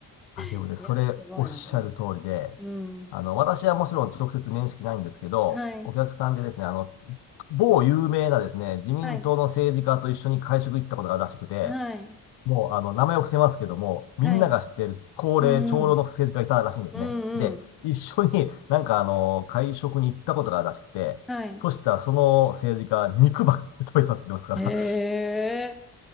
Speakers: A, on the left; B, in the centre.
A: あ、でもね、
B: いやー、
A: それおっしゃる通りで、
B: すごいなと思います。うん。
A: あの、私はもちろん直接面識ないんですけど、
B: はい。
A: お客さんでですね、あの、某有名なですね、自民党の政治家と一緒に会食行ったことがあるらしくて、
B: はい。はい。
A: もう、あの、名前を伏せますけども、みんなが知っている高齢、
B: はい。うんうん。
A: 長老の政治家がいたらしいんですね。
B: うんうん。
A: で、一緒に <laughs> なんかあの、会食に行ったことがあるらしくて、
B: はい。
A: そしたらその政治家、肉ばっかり食べてたって言ってますから、
B: ええ
A: <laughs>